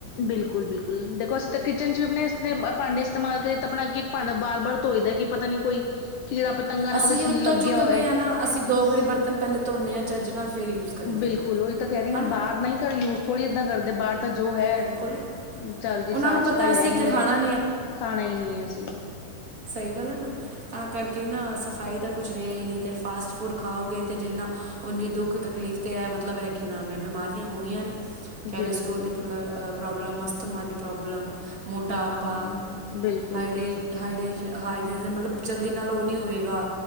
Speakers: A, on the left; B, on the right.
A: ਬਿਲਕੁੱਲ-ਬਿਲਕੁੱਲ ਦੇਖੋ ਅਸੀਂ ਤਾਂ ਕਿਚਨ 'ਚ ਵੀ ਆਪਣੇ ਇਸਤੇ ਭਾਂਡੇ ਇਸਤੇਮਾਲ ਕਰੀ ਤਾਂ ਆਪਣਾ ਕੀ ਭਾਂਡਾ ਬਾਰ-ਬਾਰ ਧੋਈ ਦਾ ਕਿ ਪਤਾ ਨੀ ਕੋਈ ਕੀੜਾ- ਪਤੰਗਾ ਨਾ
B: ਅਸੀਂ
A: ਉਹਦੇ 'ਚ
B: ਜੀ ਉੱਤੋਂ
A: ਲੱਗਿਆ
B: ਚੁੱਕਦੇ
A: ਹੋਏ।
B: ਹਾਂ ਨਾ ਅਸੀਂ ਦੋ ਵਾਰੀ ਬਰਤਨ ਪਹਿਲੇ ਧੋਨੇ ਆ ਚੱਜ ਨਾਲ। ਫਿਰ ਯੂਜ਼ ਕਰੀਦਾ
A: ਬਿਲਕੁੱਲ ਉਹੀ ਤਾਂ ਕਹਿ ਰੀ
B: ਹੈ
A: ਆ
B: ਨਾ
A: ਬਾਹਰ ਨਈ ਕਰ ਯੂਜ ਥੋੜ੍ਹੀ ਏਦਾਂ ਕਰਦੇ ਬਾਹਰ ਤਾਂ ਜੋ ਹੈ,
B: ਬਿਲਕੁਲ
A: ਚੱਲ ਜੀ
B: ਉਹਨਾਂ
A: ਸਾਫ਼-ਸਫ਼ਾਈ
B: ਨੂੰ ਪਤਾ ਅਸੀਂ
A: ਹੈ
B: ਇੱਥੇ
A: ਨੀ
B: ਖਾਣਾ
A: ਐ, ਖਾਣਾ ਈ ਨੀ ਅਸੀਂ। ਤ
B: ਸਈ ਗੱਲ ਐ ਨਾ ਤਾਂ ਕਰਕੇ ਨਾ ਸਫ਼ਾਈ ਦਾ ਕੁਛ ਰਿਹਾ ਹੀ ਨਹੀਂ ਤੇ ਫਾਸਟ ਫੂਡ ਖਾਓਗੇ ਅਤੇ ਜਿੰਨਾ ਉਨੀ ਦੁੱਖ ਤਕਲੀਫ਼ ਤੇ ਹੈ ਮਤਲਬ ਏ--਼ ਕਿ ਨਾਮ ਏ ਬਿਮਾਰੀਆਂ ਹੋਣੀਆਂ ਨੇ
A: ਬਿਲਕੁਲ-ਬਿਲਕੁਲ
B: ਕੈਲਸਟ੍ਰੋਲ ਦੇ ਆ ਪ੍ਰੋਬਲਮ, ਮਸਤਮਾ ਦੀ ਪ੍ਰੋਬਲਮ, ਮੋਟਾਪਾ
A: ਹੂੰ ਬਿਲਕੁਲ
B: ਹਾਈਡੇ ਹਾਈਡਜ ਹਾਈਡ੍ਰਜਨ ਮਤਲਬ ਜਲਦੀ ਨਾਲ ਉਹ ਨਹੀਂ ਹੋਏਗਾ।